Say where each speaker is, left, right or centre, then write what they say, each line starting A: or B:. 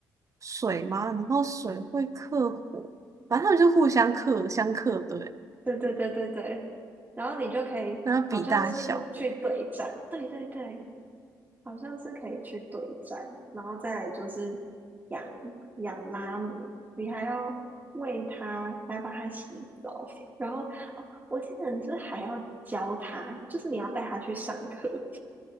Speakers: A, on the right (about 40°); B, on the right (about 20°).
A: 水吗？然后水会克火，反正他们就互相克，相克对，
B: 对对对对对，然后你就可以，
A: 然后比大小，
B: 好像是去对战，对对对，好像是可以去对战，然后再来就是养养拉姆，你还要喂它，还要帮它洗澡，然后哦，我记得你是不是还要教它，就是你要带它去上课。<laughs>